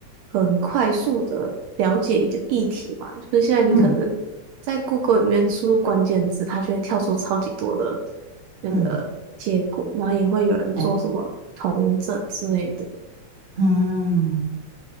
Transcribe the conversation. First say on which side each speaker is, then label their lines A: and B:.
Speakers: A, on the right; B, on the right.
A: 很快速的了解一个议题嘛，就是现在你可能在
B: 嗯
A: Google 里面输入关键字，它就会跳出超级多的那个结果，
B: 嗯，
A: 然后也会有人做什么同整之类的，
B: 对，嗯